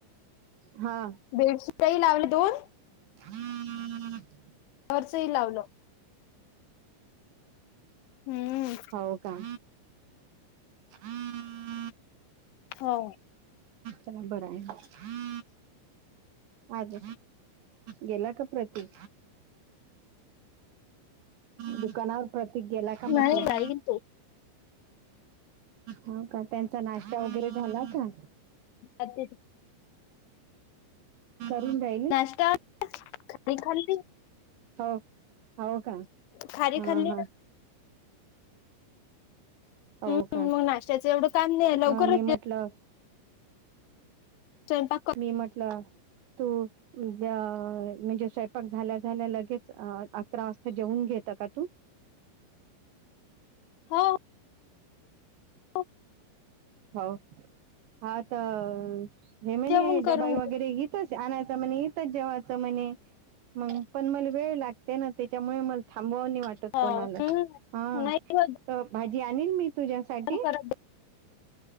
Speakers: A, on the right; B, on the left.
A: हा
B: बेडशीटही लावले दोन
A: हम्
B: खर्चही लावलं हम्म
A: हो का हमम
B: हो
A: चला बरं आहे अज गेला का प्रती दुकानावर प्रतीक गेला का म्हटलं
B: नाही राहील ते
A: ह का त्यांचा नाश्ता वगैरे झाला का
B: अछ
A: ली
B: नाश्ता खारी खाल्ली
A: हो हो का
B: खारी
A: हा
B: खाल्ली
A: हा हो
B: हम
A: का
B: मग नाश्त्याच एवढं काम नाही आहे लवकरच
A: हा मी म्हटलं
B: स्वयंपाक कर
A: म्हट त म्हणजे स्वयंपाक झाल्या झाल्या लगेच अ अकरा वाजता जेवन घेत का तू
B: हो हो,
A: हो हा तर हेम
B: जेवण
A: डबाई
B: करून घे.
A: वगैरे घ च आणायच म्हणे इथच जेवायच म्हणे म पण मला वेळ लागते ना त्याच्यामुळे म थांबवणी वाटत
B: हा
A: कोणाला
B: हम्म
A: हा
B: नाही होत
A: तर भाजी आणल मी तुझ्यासाठी
B: जेवण करत